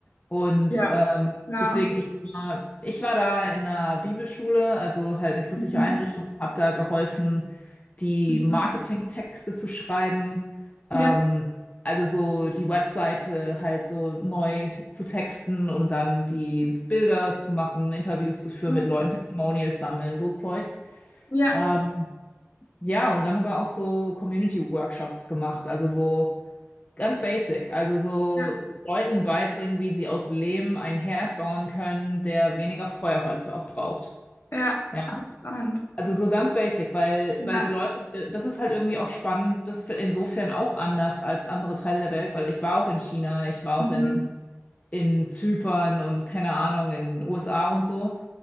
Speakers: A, on the left (about 30°); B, on the left (about 55°).
A: Und
B: Ja.
A: ähm,
B: Ja.
A: deswegen, ich war, ich war da in einer Bibelschule, also halt eine christliche
B: Mhm.
A: Einrichtung, habe da geholfen, die
B: Mhm.
A: Marketingtexte zu schreiben, ähm,
B: Ja.
A: also so die Webseite halt so neu zu texten und dann die Bilder zu machen, Interviews zu führen
B: Ja,
A: mit Leuten, Testimonials sammeln, so Zeug.
B: ja,
A: Ähm, ja, und dann aber auch so Community-Workshops gemacht, also so Ganz basic, also so
B: ja,
A: Leuten beibringen, wie sie aus Lehm einen Herd bauen können, der weniger Feuerholz auch braucht.
B: ja,
A: Ja,
B: ganz spannend.
A: also so ganz basic, weil,
B: Ja,
A: weil die Leute, das ist halt irgendwie auch spannend, das ist insofern auch anders als andere Teile der Welt, weil ich war auch in China, ich war
B: mhm.
A: auch in, in Zypern und keine Ahnung, in den USA und so.